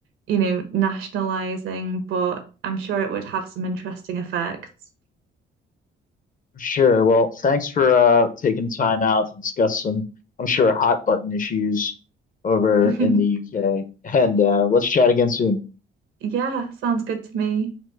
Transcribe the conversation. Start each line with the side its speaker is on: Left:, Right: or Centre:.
Right: you know, nationalizing, but I'm sure it would have some interesting effects.
Left: Sure. Well, thanks for uh, taking the time out to discuss some, I'm sure, hot button issues over
Right: <laughs>
Left: in the UK. And uh, let's chat again soon.
Right: Yeah, sounds good to me.